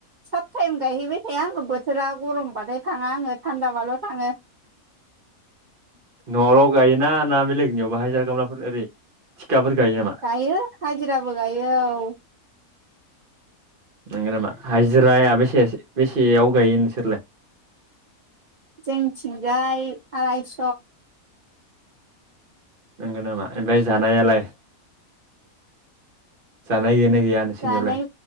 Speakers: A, on the right; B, on the right.
A: साब टाइम गायहैबाय थाया आङो बोथोरा गरमबाथाय थाङा आङो थान्दाबाल' थाङो
B: न'आवल' गायोना ना बेलेगनियाव हाजिरा खामलाफोर ओरै थिखाफोर गायो नामा
A: गायो हाजिराबो गायो औ
B: नंगो नामा हाजिराया बेसे बेसेयाव गायो नोंसोरलाय
A: जोंनिथिंजाय आरायस
B: नंगौ नामा ओमफ्राय जानायालाय जानाय गैगोना गैया नोंसोरनियावलाय
A: जानाय